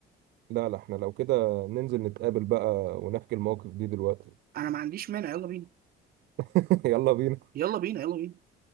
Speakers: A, on the right; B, on the right.
A: لا لا احنا لو كده ننزل نتقابل بقى ونحكي المواقف دي دلوقتي
B: انا ما عنديش مانع يلا بينا
A: <laughs> يلا بينا
B: يلا بينا يلا بينا